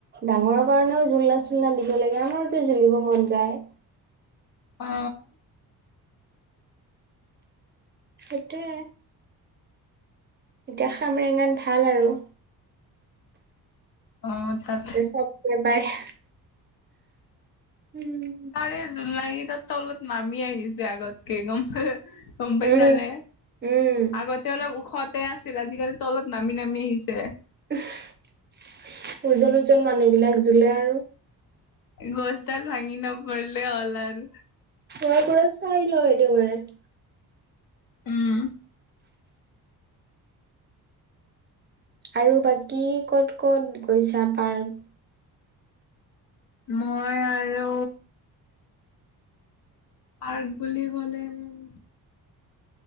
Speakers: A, on the right; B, on the left.
A: ডাঙৰৰ কাৰণেও জোলনা চোলনা দিব লাগে আমাৰতো খেলিব মন যায়।
B: অ।
A: সেইটোৱে। এতিয়া খামৰেঙাত ভাল আৰু।
B: অ তাত
A: চবে বাই হ উম। <unintelligible>
B: তাৰে জোলনাকেটা তলত নামি আহিছে আগতকে গম পাই হে গম পাইছা
A: উম,
B: নে?
A: উম,
B: আগতে অলপ ওখতে আছিলে আজিকালি তলত নামি নামি আহিছে।
A: উমহ ওজন-ওজন মানুহ বিলাক জোলে আৰু।
B: গছডাল ভাঙি ন পৰিলে হ'ল আৰু।
A: অ ক চাইল একেবাৰে। <unintelligible>
B: উম
A: আৰু বাকী ক'ত-ক'ত গৈছা পাৰ্ক?
B: মই আৰু। পাৰ্ক বুলি কলে উম।